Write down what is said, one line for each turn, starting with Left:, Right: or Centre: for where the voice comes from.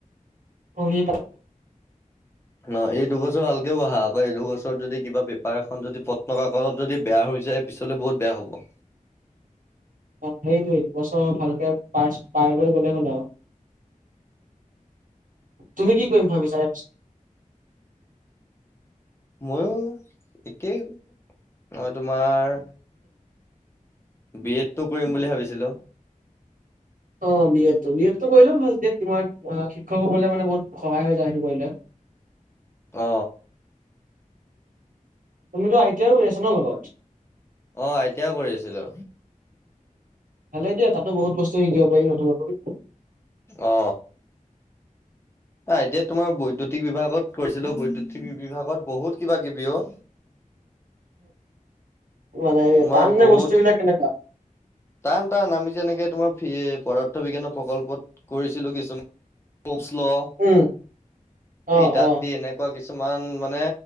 Right: পঢ়ি পেলাই।
Left: ন এই দুবছৰ ভালকেও বহা আকৌ এই দুবছৰত যদি কিবা পেপাৰ এখন যদি পত্ন ক কত যদি বেয়া হৈ যায় পিছলৈ বহত বেয়া হ'ব।
Right: অ, সেইটোৱে দুবছৰ ভালকে পাৰ-পাৰ কৰি গলে হ'ল আৰু। তুমি কি কৰিম ভাবিছা?
Left: ময়ো একেই অ, তোমাৰ বি এড টো কৰিম বুলি ভাবিছিলো।
Right: অ, বি এড তো বি এড তটো কৰিলেও ভাল যে তোমাৰ শিক্ষক হবলে মানে বহুত সহায় হৈ যায় সেইটো কৰিলে।
Left: অ,
Right: তুমিতো আই টি আই ও কৰি আছা ন লগত?
Left: অ, আই টি আই ও কৰি আছিলো।
Right: ভালে দিয় তাতো বহুত বস্তু শিকিব পাৰি নতুন নতন।
Left: অ, আহ আই টি আইত তোমাৰ বৈদ্যুতিক বিভাগত কৈছিলো বৈদ্ুতিক বিভাগত বহুত কিবা কিবি অ,
Right: মানে
Left: তোমাৰ
Right: টান নে
Left: বহুত
Right: বস্তু বিলাক কেনেকুৱা?
Left: টান টান আমি যেনেকে তোমাৰ পদাৰ্থ বিজ্ঞানৰ প্ৰকল্পত কৰিছিলো কিছুমান, ল'
Right: উম অ
Left: এই ইটাত
Right: অ
Left: দি এনেকুৱা কিছুমান মানে